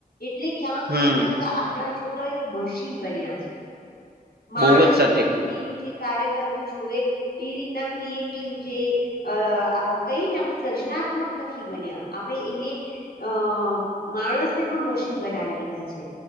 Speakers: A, on the left; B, on the right.
A: એટલે ક્યાંક
B: હમ
A: ને ક્યાંક આપણા છોકરા એક મશીન બન્યા છે માણસની
B: બહુ જ સત્ય કીધું
A: બુદ્ધિનું જે કાર્ય કરવું જોઈએ એ રીતના ક્રિએટિવ જે અ આમ કહીએ ને આપણે સર્જનાત્મક નથી બન્યા આપણે એને અ માણસને પણ મશીન બનાવી દીધા છે